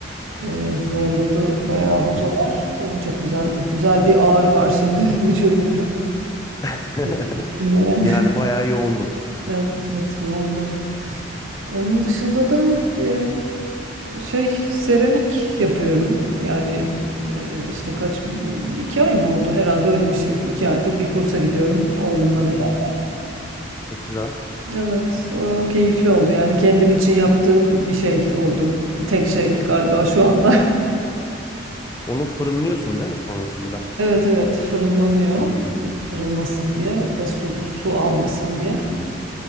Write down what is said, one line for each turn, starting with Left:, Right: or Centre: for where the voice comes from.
Right: Ee, zorladı bayağı
Left: Hı hı.
Right: hocalar. Ama çok güzeldi. Güzel bir ağrı var şimdi <laughs> vücudumda.
Left: <laughs>
Right: Hiç Bilmeyen.
Left: Yani
Right: <laughs>
Left: bayağı yoğundun.
Right: Evet, evet yoğundu. Onun dışında da e, Şey seramik yapıyorum. Yani e, işte kaç iki ay mı oldu herhalde öyle bir şey. İki aydır bir kursa gidiyorum oğlumla
Left: Hmm,
Right: beraber.
Left: çok güzel.
Right: Evet o keyifli oldu yani kendim için yaptığım bir şey oldu. Tek şey galiba şu anda. <laughs>
Left: Onu fırınlıyorsun değil mi sonrasında?
Right: Evet evet fırınlanıyor
Left: Hmm.
Right: kırılmasın diye ve su, su almasın diye.